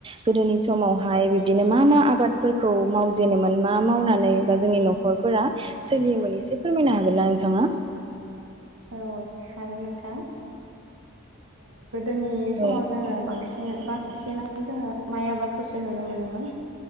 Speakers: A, on the right (about 25°); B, on the right (about 85°).
A: गोदोनि समावहाय बिब्दिनो मा मा आबादफोरखौ मावजेनोमोन मा मावनानै बा जोंनि नखरफोरा सोलियोमोन एसे फोरमायनो हागोन ना नोंथाङा?
B: औ हागोन नों थां आ गोदोनि समाव
A: औ
B: जोङो बांसिन बांसिनानो जोङो माइ आबादखौसो नुनो मोनोमोन।